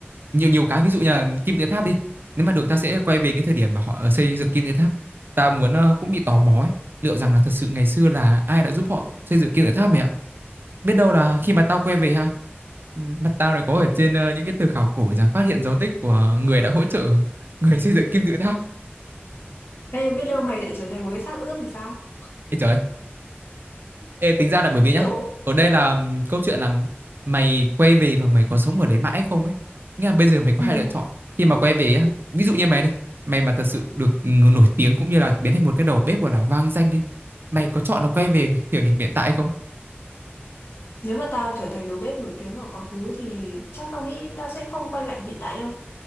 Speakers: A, on the right (about 55°); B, on the left (about 70°).
A: nhiều nhiều cái ví dụ như là kim tự tháp đi nếu mà được tao sẽ quay về cái thời điểm mà họ ờ, xây dựng kim tự tháp tao muốn ờ, cũng bị tò mò ấy liệu rằng là thật sự ngày xưa là ai đã giúp họ xây dựng kim tự tháp mày ạ biết đâu là khi mà tao quay về ha ừm, mặt tao lại có ở trên ờ, những cái từ khảo cổ rằng phát hiện dấu tích của người đã hỗ trợ người xây dựng kim tự tháp
B: ê biết đâu mày lại trở thành một cái xác ướp thì sao
A: Ê trời Ê, tính ra là bởi vì
B: kiểu
A: nhá ở đây là ừm, câu chuyện là mày quay về và mày có sống ở đấy mãi không ấy nghĩa là bây giờ mày có
B: ừ,
A: hai lựa chọn khi mà quay về á ví dụ như mày đi mày mà thật sự được ng- nổi tiếng cũng như là biến thành một cái đầu bếp gọi là vang danh đi mày có chọn là quay về hiểu điểm hiện tại không
B: nếu mà tao trở thành đầu bếp nổi tiếng ở quá khứ thì chắc tao nghĩ tao sẽ không quay lại hiện tại đâu